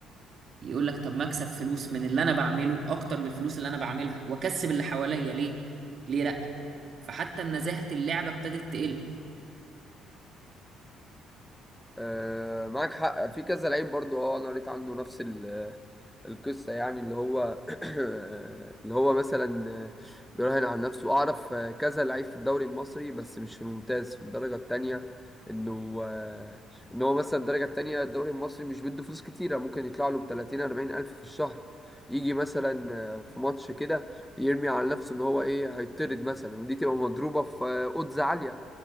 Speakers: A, on the right; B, in the centre.
A: يقول لك طب ما اكسب فلوس من اللي انا بعمله اكتر من الفلوس اللي انا بعملها واكسب اللي حواليا ليه ليه لا فحتى نزاهة اللعبة ابتدت تقل
B: آه معاك حق في كذا لعيب برضو اه انا قريت عنه نفس ال- القصة يعني اللي هو <clears throat> اللي هو مثلا آه، بيراهن على نفسه اعرف آه، كذا لعيب في الدوري المصري بس مش في الممتاز في الدرجة التانية انه آه، ان هو مثلا الدرجة التانية الدوري المصري مش بيدوا فلوس كتيرة ممكن يطلع له ب 30 40 الف في الشهر يجي مثلا آه، في ماتش كده يرمي على نفسه ان هو ايه هيطرد مثلا ودي تبقى مضروبة في آه، odds عالية